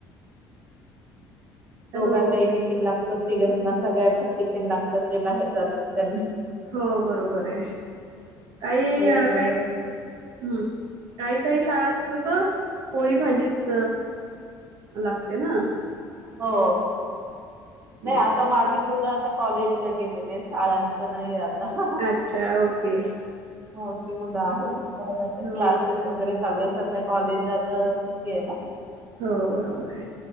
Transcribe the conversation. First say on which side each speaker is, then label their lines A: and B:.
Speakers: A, on the right; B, on the right.
A: दोघांनाही
B: हॅलो
A: टिफिन लागत तिघांना सगळ्यांनाच टिफिन लागतात जे बाहेर जातात त्यांना
B: हो बरोबर आहे. काही
A: वेगवेगळं
B: काही हम्म काही काही शाळात कसं पोळी भाजीच लागते ना
A: हो
B: हं.
A: नाही आता माझी मुलं आता कॉलेजला गेलेली आहेत शाळांच नाही आता
B: अच्छा ओके.
A: मोठी मुलं आहे त आता क्लासेस
B: हो
A: वगैरे चालूय. कॉलेज आ तर सुट्टी आहे ना.
B: हो बरोबर आहे.